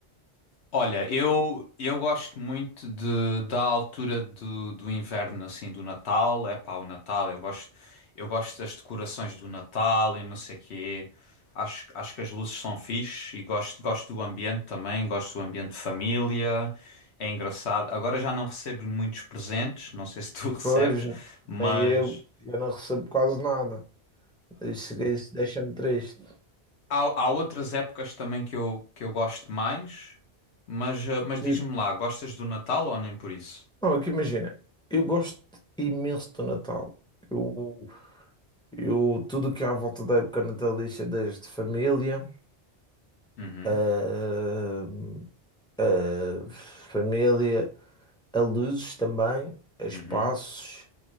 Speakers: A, on the left; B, in the centre.
A: Olha, eu eu gosto muito de, da altura do, do inverno, assim, do Natal. Epá, o Natal, eu gosto eu gosto das decorações do Natal e não sei quê. Acho, acho que as luzes são fixe e gosto, gosto do ambiente também, gosto do ambiente de família. É engraçado. Agora já não recebo muitos presentes, não sei se tu <laughs> recebes,
B: Pois,
A: mas...
B: nem eu, eu não recebo quase nada. Isso, isso deixa-me triste.
A: Há, há outras épocas também que eu, que eu gosto mais, mas, eh, mas
B: Tipo,
A: diz-me lá, gostas do Natal ou nem por isso?
B: não, é que imagina, eu gosto imenso do Natal. Eu, eu, tudo que há à volta da época natalícia, desde família,
A: Uhum,
B: ah, ah, família, a luzes também, a espaços,
A: uhum,